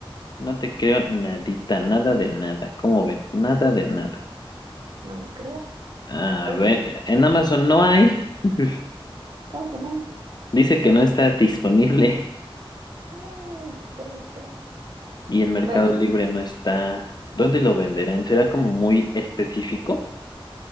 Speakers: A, on the left; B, on the right.
A: No te creo nadita, nada de nada. ¿Cómo ves? Nada de nada.
B: pues no me crees.
A: A
B: Pero
A: ver,
B: yo,
A: en Amazon no hay. <laughs>
B: ¿cómo que no? hay.
A: Dice que no está disponible.
B: No, puede ser.
A: y en Mercado
B: Bueno,
A: Libre no está. ¿Dónde lo venderán? ¿Será como muy específico?